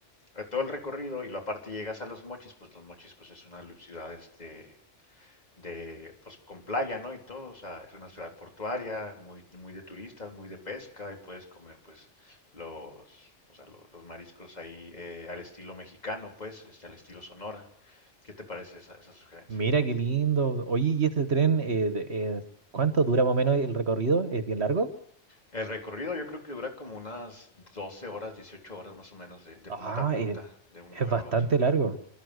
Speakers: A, on the left; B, on the right.
A: eh, todo el recorrido y la parte llegas a Los Mochis, pues Los Mochis pues es una lu- ciudad este de pues con playa, ¿no? Y todo, o sea, es una ciudad portuaria, muy muy de turistas, muy de pesca y puedes comer pues los o sea, lo- los mariscos ahí eh, al estilo mexicano, pues, este, al estilo Sonora. ¿Qué te parece esa, esa sugerencia?
B: Mira qué lindo. Oye, ¿y este tren, eh, de- eh, cuánto dura más o menos el recorrido? ¿Es bien largo?
A: El recorrido yo creo que dura como unas 12 horas, 18 horas más o menos de, de
B: Ah,
A: punta a punta,
B: eh,
A: de un
B: es
A: lugar
B: bastante
A: a otro.
B: largo.